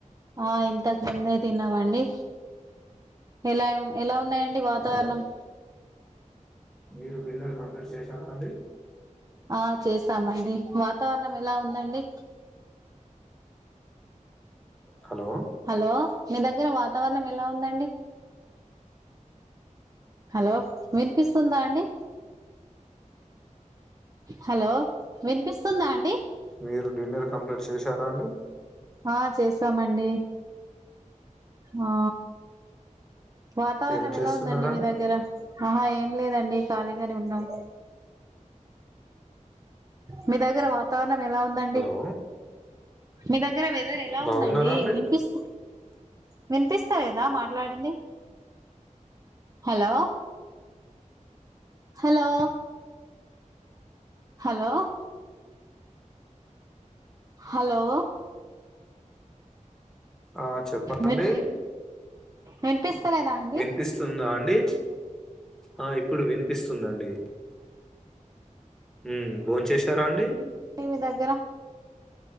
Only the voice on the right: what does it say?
ఆ ఇంతకు ముందే తిన్నావండి ఎలా ఎలా ఉన్నాయండి వాట్ తావరణం
ఆ చేసామండి వాతావరణం ఎలా ఉందండి
హలో మీ దగ్గర వాతావరణం ఎలా ఉందండి హలో వినిపిస్తుందా అండి హలో వినిపిస్తుందా అండి
ఆ చేసామండి ఆ వాతావరణం
ఎలా ఉందండి మీ దగ్గర ఆహా ఏం లేదండి ఖాళీగనే ఉన్నాం మీ దగ్గర వాతావరణం ఎలా ఉందండి
మీ దగ్గర వెదర్ ఎలా
ఉందండి
వినిపిస్ వినిపిస్తాయి ఎదా మాట్లాడింది హలో హలో హలో హలో
విన్ వినిపిస్తలేదా
అండి
వి మి దగ్గర